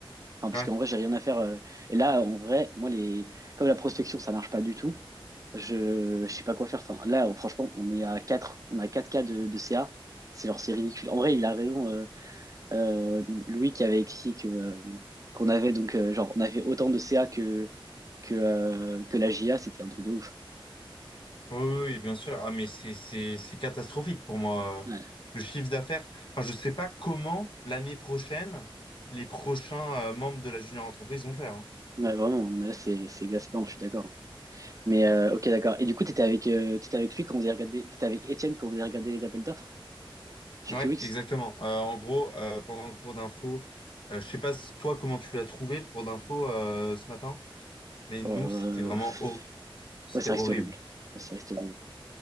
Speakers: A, on the right (about 40°); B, on the left (about 65°).
A: Enfin, parce
B: Ouais.
A: qu'en vrai, j'ai rien à faire. euh. Et là, en vrai, moi, les... comme la prospection, ça marche pas du tout, je, je sais pas quoi faire. Enfin, là, oh, franchement, on est à 4. on a 4 cas de, de CA. C'est genre, c'est ridicule. En vrai, il a raison, euh, euh, Louis, qui avait écrit que, euh, qu'on avait donc, euh, genre, on avait autant de CA que, que, euh, que la JA, c'était un truc de ouf.
B: Oui, oui, oui, bien sûr. Ah, mais c'est, c'est, c'est catastrophique pour moi.
A: Ouais,
B: Le chiffre d'affaires. Enfin, je sais pas comment l'année prochaine, les prochains euh, membres de la junior entreprise vont faire. hein.
A: Ouais, vraiment, mais là, c'est, c'est exaspérant, je suis d'accord. Mais euh,
B: Mm.
A: ok, d'accord. Et du coup, t'étais avec, euh, t'étais avec lui quand vous avez regardé, t'étais avec Étienne quand vous avez regardé les appels d'offres sur
B: Ouais,
A: Kiwix?
B: exactement. Euh, en gros, euh, pendant le cours d'info, euh, je sais pas s- toi comment tu l'as trouvé le cours d'info euh, ce matin, mais nous
A: Bon,
B: c'était vraiment
A: euh, pff,
B: hor- c'était
A: ouais, ça
B: horrible.
A: reste horrible. Ouais, ça reste horrible.